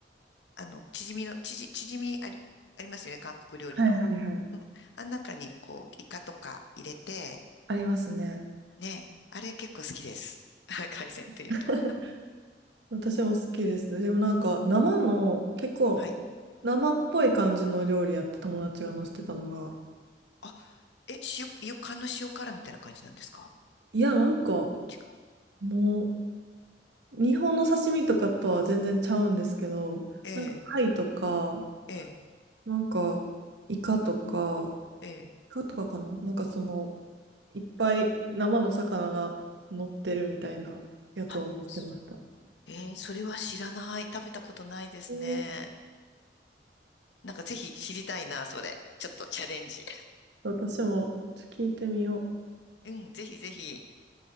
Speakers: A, on the left; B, on the right.
A: あの、チヂミの、チヂ、チヂミあり、ありますよね、韓国料理の。
B: はいはいはい。
A: うん。あん中にこう、イカとか入れて、
B: ありますね。
A: ね、あれ結構好きです。<laughs> 海鮮っていうと。
B: <laughs> 私も好きですね。でもなんか、生の、結構、
A: はい。
B: 生っぽい感じの料理やって友達が載せてたのが、
A: あ、え、塩、イの塩辛みたいな感じなんですか
B: いや、なんか、
A: 違う。
B: もう、日本の刺身とかとは全然ちゃうんですけど、
A: ええ、
B: なんか、貝とか、
A: ええ、
B: なんか、イカとか、
A: ええ。
B: イカとかかななんかその、いっぱい生の魚が乗ってるみたいなやつを見せてました。
A: あそええ、それは知らない。食べたことないですね。
B: えー、
A: なんかぜひ知りたいな、それ。ちょっとチャレンジ。
B: 私もちょっと聞いてみよ
A: うん、ぜひぜひ。